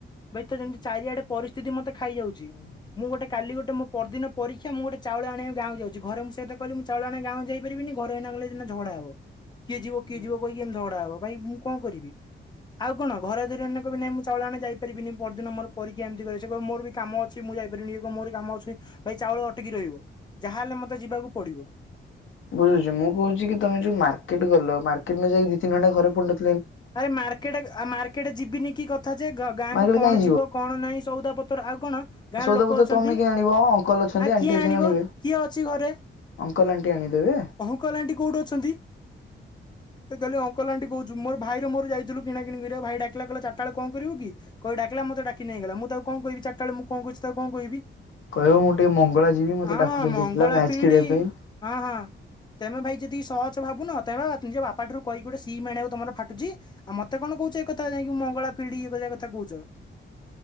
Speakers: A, on the left; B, on the left.
A: ଭାଇ ତ ଯେମତି ଚାରିଆଡେ ପରିସ୍ଥିତି ମତେ ଖାଇଯାଉଛି।
B: ହୁଁ ହୁଁ।
A: ମୁଁ ଗୋଟେ କାଲି ଗୋ ମୁଁ ପରଦିନ ପରୀକ୍ଷା ମୁଁ ଗୋଟ ଚାଉଳ ଆଣିବାକୁ ଗାଁକୁ ଯାଉଛି। ଘରେ ମୁଁ ସେ କଥା କହିଲି ମୁଁ ଚାଉଳ ଆଣିବାକୁ ଗାଁକୁ ଯାଇପାରିବିନି। ଘରେ ଏଇନା କହିଲେ ନା ଝଗଡା ହବ କିଏ ଯିବ କିଏ
B: ହୁଁ
A: ଯିବ କହିକି ଏମିତି ଝଗଡା ହବ। ଭାଇ ମୁଁ କଣ କରିବି? ଆଉ କଣ ଘରେ ଧରି ଏଇନେ କହିବେ ନାଇଁ ମୁଁ ଚାଉଳ ଆଣିବାକୁ ଯାଇପାରିବିନି। ପରଦିନ ମୋର ପରୀକ୍ଷା ଏମିତି କହିଲେ ସେ କହିବ ମୋର ବି କାମ ଅଛି ମୁଁ ଯାଇ ଯାଇପାରିବିନି ମୋର କାମ ଅଛି ଭାଇ ଚାଉଳ ଅଟକି ରହିବ। ଯାହାହେଲେ ମତେ ଯିବାକୁ ପଡିବ।
B: ବୁଝୁଛି ମୁଁ କହୁଛି କି ତମେ ଯୋଉ ମାର୍କେଟ ଗଲ ମାର୍କେଟ ନ ଯାଇ ଦି ତିି ଘଣ୍ଟା ଘରେ ପଢ
A: ଆରେ ମାର୍କେଟ ଆ ମାର୍କେଟ ଯିବିନି କି କ କଥା ଯେ ଗାଁ
B: ମାର୍କେଟ
A: କୁ କଣ
B: କାହିଁ
A: ଯିବ କଣ ନାହିଁ ସଉଦା ପତ୍ର ଆଉ କଣ ଗାଁର
B: ସଉଦାପତ୍ର
A: ଲୋକ ଅଛନ୍ତି।
B: ତମେ କାଇଁ ଆଣିବ ଅଙ୍କଲ ଅଛନ୍ତି
A: ଆ
B: ଆଣ୍ଟି
A: କିଏ
B: ଅଛନ୍ତି
A: ଆଣିବ
B: ଆଣିବେ।
A: କିଏ ଅଛି ଘରେ।
B: ଅଙ୍କଲ ଆଣ୍ଟି ଆଣିଦେବେ
A: ଅଙ୍କଲ ଆଣ୍ଟି କୋଉଠି ଅଛନ୍ତି। ସେ ଖାଲି ଅଙ୍କଲ୍ଟ ଆଣ୍ଟି କହୁଛୁ ମୋର ଭାଇର ମୋର ଯାଇଥିଲୁ କିଣା କିଣି କରିବାକୁ। ଭାଇ ଡାକିଲା କହିଲା ଚାରିଟା ବେଳେ କଣ କରିବୁ କି କହି ଡାକିଲା। ମତେ ଡାକିକି ନେଇଗଲା ମୁଁ ତାକୁ କଣ କହିବି। ଚାରିଟା ବେଳେ ମୁଁ କଣ କରୁଛି ତାକୁ କଣ କହିବି।
B: କହିବ ମୁଁ ଟିକେ ମଙ୍ଗଳା ଯିବି ମତେ
A: <inaudible> ହଁ
B: ଡାକୁଛନ୍ତି
A: ମଙ୍ଗଳା
B: ପିଲା ମ୍ୟାଚ
A: ପିଇଡି
B: ଖେଳିବା ପାଇଁ।
A: ହଁ ହଁ। ତେମେ ଭାଇ ଯେତିକି ସହଜ ଭାବୁନ ତମେ ବା ନିଜ ବାପା ଠାରୁ କହି ଗୋଟେ ସିମ୍ ଆଣିବାକୁ ତମର! !!!!!!!!! ଆଉ ମତେ କଣ କହୁଛ ଏ କଥା ଯାଇକି ମଙ୍ଗଳା ପିଢ଼ି ଇଏ କରିବା କଥା କହୁଛ?